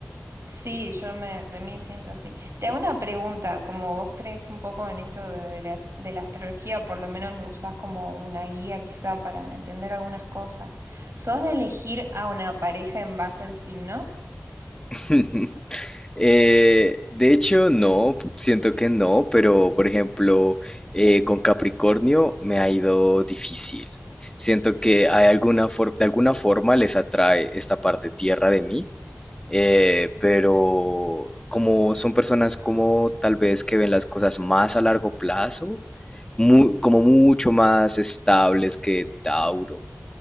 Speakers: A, on the right; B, on the left.
A: Sí, yo me remil siento así. Te hago una pregunta, como vos crees un poco en esto de, de la, de la astrología, por lo menos lo usás como una guía quizá para entender algunas cosas. ¿Sos de elegir a una pareja en base al signo?
B: <laughs> Eh, de hecho, no, siento que no, pero por ejemplo, eh, con Capricornio me ha ido difícil. Siento que hay alguna for- de alguna forma les atrae esta parte tierra de mí Eh, pero como son personas como tal vez que ven las cosas más a largo plazo, mu- como mucho más estables que Tauro